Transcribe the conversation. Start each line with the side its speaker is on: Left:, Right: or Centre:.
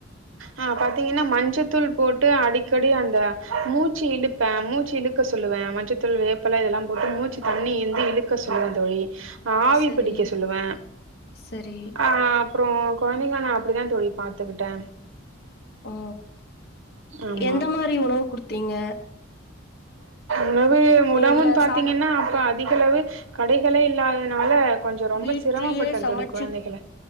Right: ஆ பாத்தீங்கன்னா மஞ்சத்தூள் போட்டு அடிக்கடி அந்த மூச்சு இழுப்பே மூச்சு இழுக்க சொல்லுவே மஞ்சத்தூள் வேப்பல இதெல்லா போட்டு மூச்சு தண்ணி இந்து இழுக்க சொல்வே தோழி ஆவி
Left: சரி,
Right: பிடிக்க சொல்லுவே
Left: சரி.
Right: ஆ அப்றோ கொழந்தைங்கள நா அப்டிதா தோழி பாத்துக்கிட்டே
Left: ஓ
Right: ஆமா
Left: எந்த மாரி உணவு குடுத் த்தீங்க
Right: உணவு உணவுன்
Left: இல்ல
Right: பாத்தீங்கனா
Left: சாதா
Right: அப்ப அ திகளவு கடைகளே இல்லாதனால கொஞ்சொ ரொம்ப
Left: வீட்லயே
Right: சிரமப்பட்டே
Left: சமைச்சு
Right: தோழி குழந்தைகள